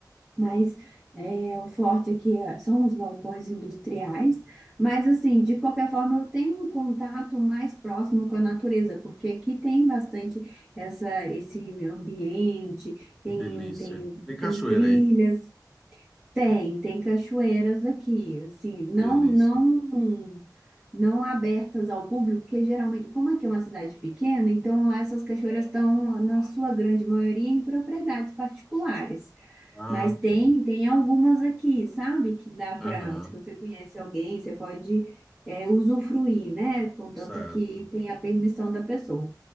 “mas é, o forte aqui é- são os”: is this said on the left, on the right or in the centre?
Right